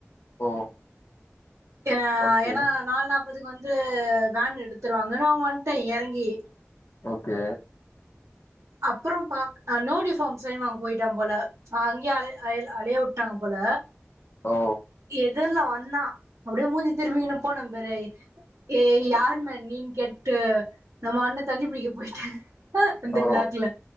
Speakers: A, on the left; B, on the right.
A: ஓ
B: ஏ
A: ஓகே
B: ஏனா நாலு நா ப்பத்துக்கு வந்து வேன் எடுத்துருவாங்கனு நா வன்ட்டே எறங்கி
A: ஓகே
B: அப்பறோ பாக் நோ டியூஃபார்ம் சைன் வாங்க போயிட்டா போல அங்கயே அலையா விட்டாங்க போல
A: ஓ
B: எதல்லா வந்தா அப்டியே மூஞ்சி திருப்பிக்கினு போனேம் பாரு ஏ யாருமே நீன்னு கேட்டு நா பாட்னு தண்ணி புடிக்க போயிட்டே ஆ அந்த
A: ஓ
B: விளாட்ல